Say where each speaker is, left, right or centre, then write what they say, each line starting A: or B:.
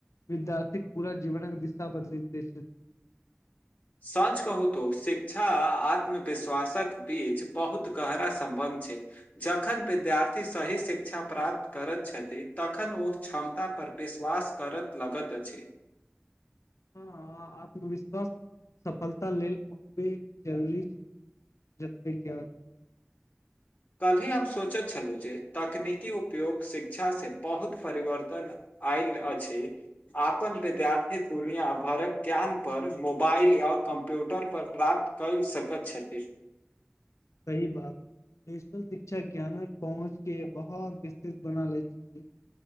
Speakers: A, on the left (about 90°); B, on the left (about 30°).
A: विद्यार्थिक पूरा जीवनक दिशा बदलैत अछि।
B: सच कहू तो शिक्षा आत्मविश्वासक बीच बहुत गहरा सम्बन्ध छै जखन विद्यार्थी सही शिक्षा प्राप्त करैत छथि तखन ओ क्षमता पर विश्वास करत लगत अछि।
A: हँ आत्मविश्वास सफलता लेल ओतबै जरूरी छै जतै ज्ञान
B: कल्हि हम सोचैत छलु जे तकनीकी उपयोग शिक्षा से बहुत परिवर्तन आइल अछि। अपन विद्यार्थी दुनिया भरक ज्ञान पर मोबाइल आ कम्प्यूटर पर प्राप्त कए सकत छथि।
A: सही बात डिजिटल शिक्षा ज्ञानक पहुँच के बहोत विस्तृत बना लैत छय